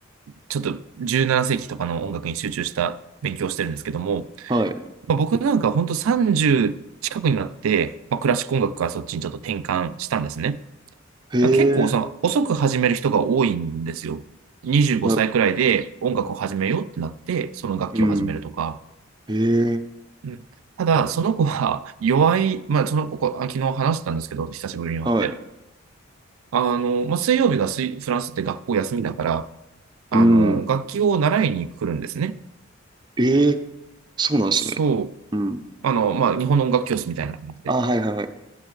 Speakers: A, on the right; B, on the right.
A: ちょっと17世紀とかの音楽に集中した勉強をしてるんですけども、
B: はい。
A: まあ、僕なんか本当30近くになって、まあ、クラシック音楽からそっちにちょっと転換したんですね。
B: へえ、
A: まあ、結構、その、遅く始める人が多いんですよ。25歳くらいで音楽を始めようってなって、
B: あ、
A: その楽器を始めるとか。
B: うん。へえ、
A: うんただ、その子は弱い、まあ、その子、ここあ昨日話したんですけど、久しぶりに会って。
B: はい。
A: あの、まあ、水曜日が水フランスって学校休みだから、あの、
B: うん。
A: 楽器を習いに来るんですね。
B: ええ、そうなんですね。
A: そう。
B: うん。
A: あの、まあ、日本の音楽教室みたいな感じで。
B: あ、はいはいはい。